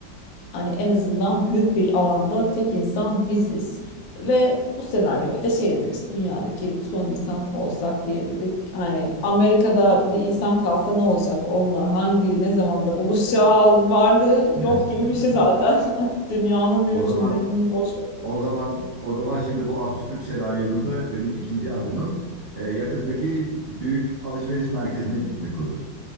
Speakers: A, on the left; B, on the right.
A: Hani en azından büyük bir alanda tek insan biziz. Ve bu senaryoyu da şey dedik işte dünyadaki son insan olsak diye dedik. Hani Amerika'da bir insan kalsa ne olacak onunla hangi ne zamanda buluşacağız varlığı
B: <laughs>
A: yok gibi bir şey zaten. <laughs> Dünyanın bir
B: O
A: ucundakini
B: zaman
A: boş ver.
B: O zaman o zaman şimdi bu absürt senaryomuzda benim ikinci adımım e, yakındaki büyük alışveriş merkezine gitmek olur.